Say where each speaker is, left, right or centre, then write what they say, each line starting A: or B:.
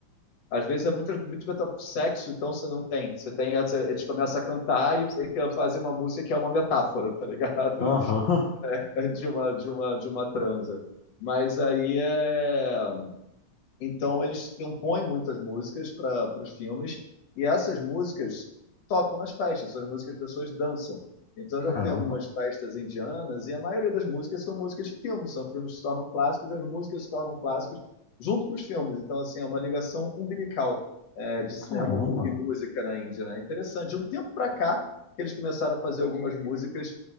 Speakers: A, on the left; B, on the left.
A: às vezes é muito muito meta- sexo então você não tem você tem essa- eles começam a cantar e fica- fazem uma música que é uma metáfora tá ligado
B: Aham.
A: <laughs> É de uma de uma de uma transa mas aí é então eles compõem muitas músicas para os filmes e essas músicas tocam nas festas, essas músicas as pessoas dançam. Então
B: <laughs> Caramba,
A: eu já fui em algumas festas indianas e a maioria das músicas são músicas de filmes, são filmes que se tornam clássicos e as músicas se tornam clássicos junto com os filmes. Então assim é uma ligação umbilical é, de cinema
B: caramba.
A: mu- e música na Índia, né? Interessante. De um tempo para cá que eles começaram a fazer algumas músicas